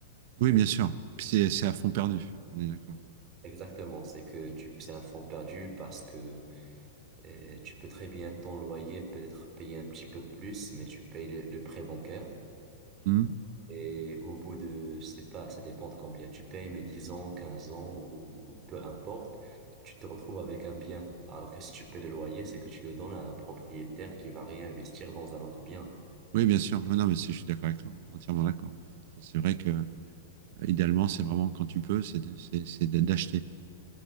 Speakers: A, on the right; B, on the right.
A: Oui, bien sûr. Puis C'est, c'est à fond perdu, on est d'accord.
B: Exactement, c'est que tu, c'est un fonds perdu parce que euh, tu peux très bien ton loyer peut-être payer un petit peu plus, mais tu payes le, le prêt bancaire.
A: Mhm.
B: Et au bout de, je sais pas, ça dépend de combien tu payes, mais 10 ans, 15 ans ou peu importe, tu te retrouves avec un bien. Alors que si tu payes le loyer, c'est que tu le donnes à un propriétaire qui va réinvestir dans un autre bien.
A: Oui, bien sûr. Ouais, Non, mais c'est- je suis d'accord avec toi, entièrement d'accord. Ça, C'est vrai que Euh, idéalement, c'est vraiment quand tu peux, c'est de- c'est- c'est de- d'acheter.